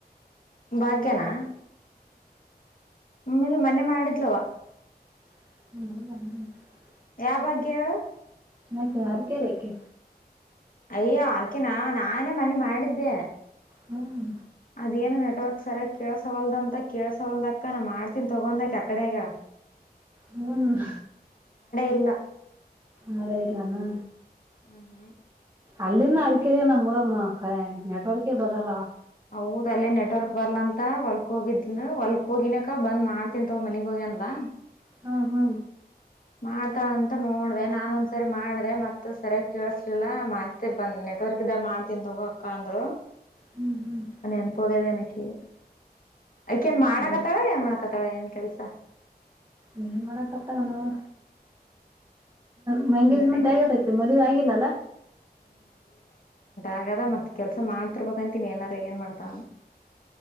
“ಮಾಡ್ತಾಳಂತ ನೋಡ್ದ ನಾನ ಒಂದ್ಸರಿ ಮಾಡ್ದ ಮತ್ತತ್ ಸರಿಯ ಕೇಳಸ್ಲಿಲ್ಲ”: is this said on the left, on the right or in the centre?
Left